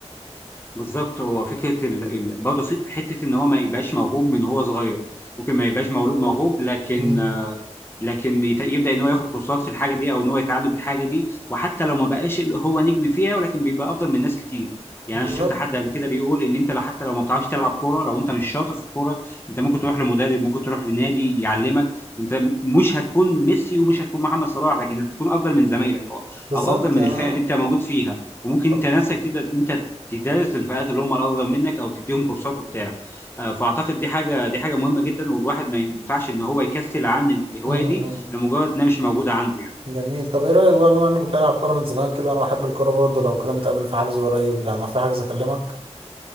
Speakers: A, on the left; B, on the right.
A: بالظبط هو فكره ال... ال... برضه في حته ان هو ما يبقاش موهوب من هو صغير ممكن ما يبقاش مولود موهوب لكن
B: مم.
A: آه، لكن يت- يبدا ان هو ياخد كورسات في الحاجه دي او ان هو يتعلم الحاجه دي وحتى لو ما بقاش اللي هو نجم فيها ولكن بيبقى افضل من ناس كتير يعني
B: بالظبط
A: انا شفت حد قبل كده بيقول ان انت لو حتى لو ما بتعرفش تلعب كوره لو انت مش شاطر في الكوره انت ممكن تروح لمدرب ممكن تروح لنادي يعلمك انت مش هتكون ميسي ومش هتكون محمد صلاح لكن هتكون افضل من زمايلك او
B: بالظبط
A: او افضل من
B: اه
A: الفئه اللي انت موجود فيها وممكن
B: طب-
A: انت نفسك تبدا انت تدرس للفئات اللي هم الاصغر منك او تديهم كورسات وبتاع آه، فاعتقد دي حاجه دي حاجه مهمه جدا والواحد ما ينفعش ان هو يكسل عن الهوايه
B: مم.
A: دي لمجرد انها مش موجوده عنده يعني
B: جميل طب ايه رأيك بقى بما انك بتلعب كورة من زمان كده وانا بحب الكورة برضه لو كده نتقابل في حجز قريب لان أنا في حجز اكلمك